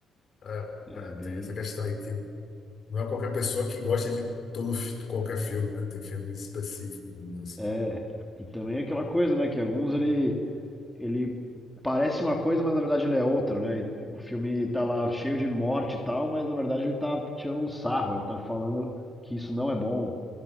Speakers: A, on the left; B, in the centre.
A: Ah,
B: é
A: ah,
B: bem.
A: tem essa questão aí, que não é qualquer pessoa que gosta de todo, fi- qualquer filme, né? Tem filmes específicos, vamos dizer
B: É.
A: assim.
B: E também é aquela coisa, né, que alguns ele ele parece uma coisa, mas na verdade ele é outra, né? E O filme tá lá cheio de morte e tal, mas na verdade ele tá tirando um sarro, ele tá falando que isso não é bom,